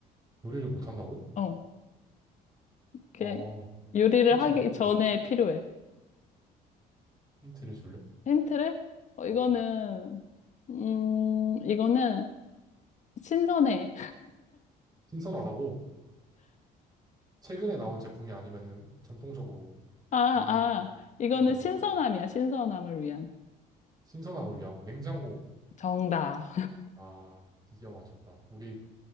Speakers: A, on the right; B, on the left.
A: 요리를 못한다고?
B: 어, 그냥
A: 어,
B: 요리를
A: 힌트를
B: 하기 전에
A: 줄래?
B: 필요해.
A: 힌트를 줄래?
B: 힌트를? 어, 이거는,
A: 어.
B: 음, 이거는 신선해.
A: 신선하다고? 최근에 나온 제품이 아니면은 전통적으로
B: 아, 아,
A: 인간이
B: 이거는
A: 쓰는 물건.
B: 신선함이야, 신선함을 위한.
A: 신선함을 위한 냉장고.
B: 정답.
A: 아, 드디어 맞췄다. 우리